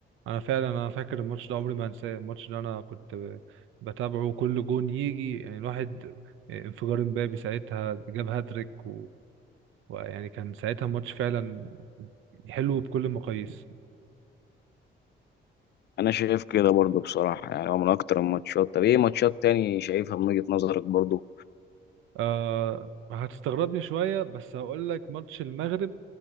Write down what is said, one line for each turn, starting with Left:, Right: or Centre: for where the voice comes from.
Right: انا فعلا انا فاكر الماتش ده عمري ما هنساه الماتش ده انا كنت ب- بتابعه كل جون يجي يعني الواحد آه، انفجار امبابي ساعتها جاب هاتريك و... ويعني كان ساعتها الماتش فعلا حلو بكل المقاييس
Left: انا شايف كده برضو بصراحه يعني هو من اكتر الماتشات طب ايه ماتشات تاني شايفها من وجهه نظرك برضو
Right: آه هتستغربني شوية بس هقول لك ماتش المغرب